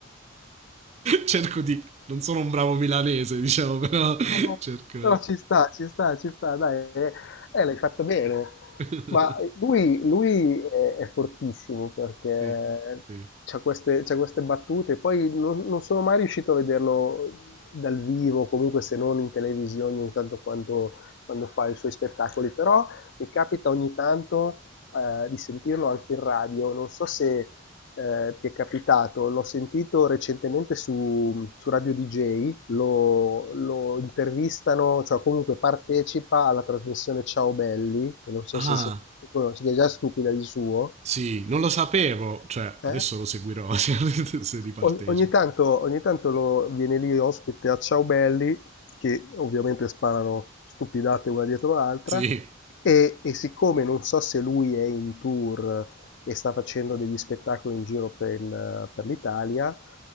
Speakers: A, on the right; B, on the left.
A: cerco di... Non sono un bravo milanese, diciamo, però
B: No, no,
A: cerco...
B: però ci sta, ci sta, ci sta, dai, eh, eh, l'hai fatto bene.
A: <laughs>
B: Ma lui, lui è, è fortissimo perché
A: sì, sì.
B: c'ha queste, c'ha queste battute, poi non, non sono mai riuscito a vederlo dal vivo, comunque se non in televisione ogni tanto quando, quando fa i suoi spettacoli, però mi capita ogni tanto eh, di sentirlo anche in radio, non so se eh, ti è capitato, l'ho sentito recentemente su, su Radio DJ, lo, lo intervistano, cioè comunque partecipa alla trasmissione Ciao Belli, che non so
A: Ah,
B: se, se, se, se è già stupida di suo,
A: sì, non lo sapevo. Cioè,
B: eh?
A: adesso lo seguirò <laughs> se, se ripartecipo.
B: O- Ogni tanto, ogni tanto lo- viene lì ospite a Ciao Belli, che ovviamente sparano stupidate una dietro l'altra,
A: Sì,
B: e, e siccome non so se lui è in tour e sta facendo degli spettacoli in giro per, il- per l'Italia,